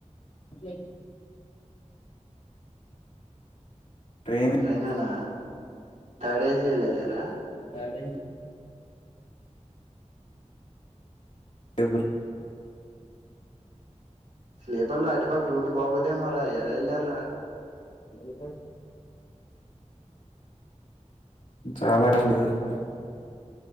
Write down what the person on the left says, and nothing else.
ఫ్లైట్ ట్రైన్ ఏ
సరే పేపరు
అ చాలా <unintelligible>